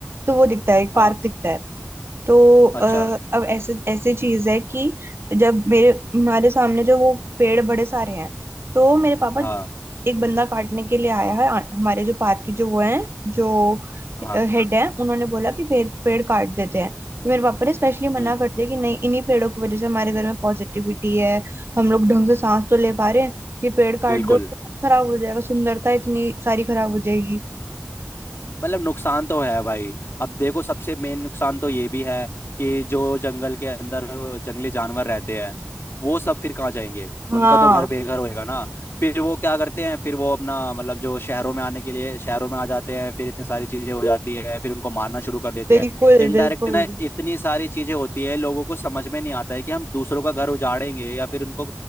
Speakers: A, on the right; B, on the left.
A: तो वो दिखता है एक
B: हाँ
A: पार्क दिखता है तो अ,
B: अच्छा
A: अब ऐसे ऐसी चीज है कि जब मेरे हमारे सामने जो वो पेड़ बड़े सारे हैं तो मेरे पापा
B: हाँ
A: एक बंदा काटने के लिए आया है आ- हमारे जो पार्क के जो वो हैं जो
B: हाँ
A: हेड है उन्होंने बोला कि पेड़ पेड़ काट देते हैं तो मेरे पापा ने स्पेशली मना
B: हम्म
A: कर दिया कि नहीं इन्हीं पेड़ों की वजह से हमारे घर में पॉजिटिविटी है हम लोग ढंग से सांस तो ले पा रहे हैं ये पेड़ काट
B: बिल्कुल
A: दो खराब हो जाएगा सुंदरता इतनी सारी खराब हो जाएगी
B: मतलब नुकसान तो है भाई अब देखो सबसे मेन नुकसान तो ये भी है कि जो जंगल के अंदर जंगली जानवर रहते हैं वो सब फिर कहाँ जाएंगे
A: हाँ
B: उनका तो घर बेघर होएगा ना फिर वो क्या करते हैं फिर वो अपना मतलब जो शहरों में आने के लिए शहरों में आ जाते हैं फिर इतनी सारी चीजें हो जाती है फिर उनको मारना शुरू कर देते
A: बिल्कुल
B: हैं इनडायरेक्ट
A: बिल्कुल
B: ना इतनी सारी चीजें होती है लोगों को समझ में नहीं आता है कि हम दूसरों का घर उजाड़ेंगे या फिर उनको